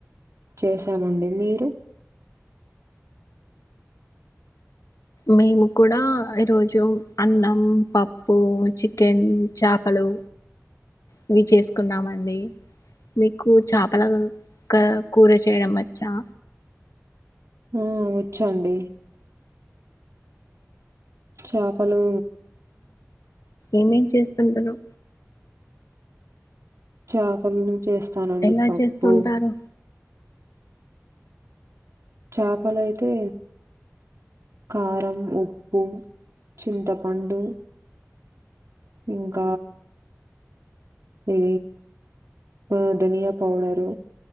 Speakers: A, on the right; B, on the left.
A: చేసామండి మీరు
B: మేము కూడా ఈరోజు అన్నం పప్పు చికెన్ చేపలు ఇవి చేసుకున్నామండి మీకు చేపల క కూర చేయడం వచ్చా
A: ఉహ్ వచ్చండి చేపలు
B: ఏమేం చేస్తుంటారు
A: చేపలను చేస్తానండి
B: ఎలా
A: పప్పు
B: చేస్తుంటారు
A: చాపలు అయితే కారం ఉప్పు చింతపండు ఇంక ఇది ఆ ధనియా పౌడర్